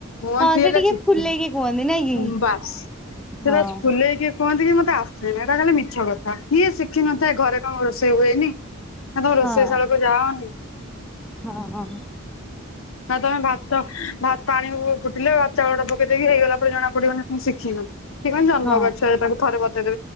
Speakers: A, on the left; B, in the centre.
A: କୁହନ୍ତି
B: ହଁ ସେ
A: ହେଲେ
B: ଟିକେ
A: ଶିଖିନି,
B: ଫୁଲେଇକି କୁହନ୍ତି ନାଇଁ କି?
A: ବାସ୍ ସେଟା
B: ହଁ
A: ଫୁଲେଇକି କୁହନ୍ତି କି ମତେ ଆସେନି ଏଇଟା ଖାଲି ମିଛ କଥା କିଏ ଶିଖିନଥାଏ ଘରେ କଣ ରୋଷେଇ ହୁଏନି ନା ତମେ ରୋଷେଇ
B: ହଁ।
A: ସାଳାକୁ ଯାଅନି।
B: ହଁ ହ।
A: ହ ତମେ ଭାତ ଭାତ ପାଣି ଫୁଟିଲେ ଭାତ ଚାଉଳ ଟା ପକେଇ, ଦେଇକି ହେଇଗଲା ପରେ ଜଣା ପଡିବନ ମୁ ଶିଖିନ କି କଣ ଜନ୍ମ
B: ହଁ।
A: ଗଛ ତାକୁ ଥରେ ବତେଇ